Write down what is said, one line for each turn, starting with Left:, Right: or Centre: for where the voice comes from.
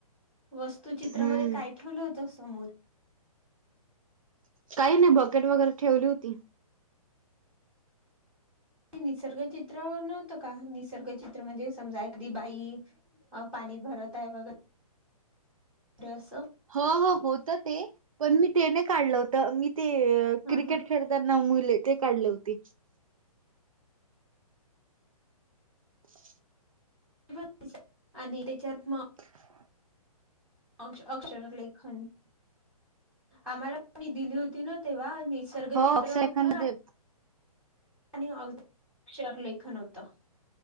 Centre: वस्तुचित्रामध्ये
Right: हम्म
Centre: काय ठेवलं होत समोर
Right: काही नाही बकेट वगैरे ठेवली होती.
Centre: ते निसर्गचित्र नव्हतं का निसर्गचित्र, म्हणजे समजा एकदी बाई अ पाणी भरत आहे वगैरे <inaudible> असं
Right: हो हो होत ते, पण मी ते नाय काढलं होत. तर मी ते
Centre: हा
Right: क्रिकेट
Centre: हा
Right: खेळताना मुले ते काढले होती. <inaudible>
Centre: <unintelligible> आणि त्याच्यात मग
Right: <inaudible>
Centre: अक्ष अक्षर लई घाण. आम्हाला मी दिली होती न तेव्हा निसर्ग
Right: हो
Centre: चित्र
Right: अक्षय
Centre: होत
Right: खान मध्ये
Centre: आणि अक्षरलेखन होतं.